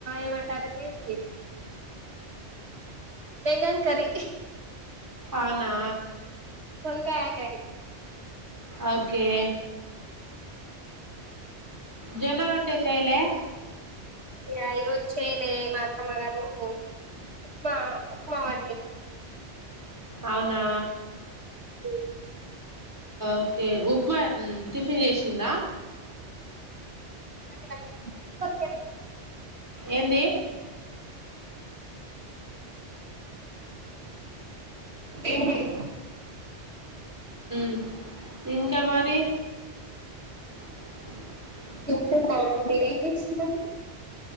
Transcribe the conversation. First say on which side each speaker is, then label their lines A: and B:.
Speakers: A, on the right; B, on the right.
A: ఏమంటారు ఇది బెంగన్ కర్రీ
B: అవునా
A: వంకాయ కర్రీ
B: అవుకే జొన్న రొట్టె చేయలే
A: య ఈరోజు చేయలే మా అత్తమ్మ గారు ఉప్మా ఉప్మా వండింది
B: అవునా
A: ఏం
B: ఓకే ఉప్మా ఎట్న్ టిఫిన్ చేసిందా
A: అక్క క్యారట్ ఉప్మా ఉప్మా క్యారెట్
B: ఎంది
A: ఎంలేదు
B: మ్ ఇంకా మరి ఉ
A: తింటున్న మీరేం చేస్తున్నారు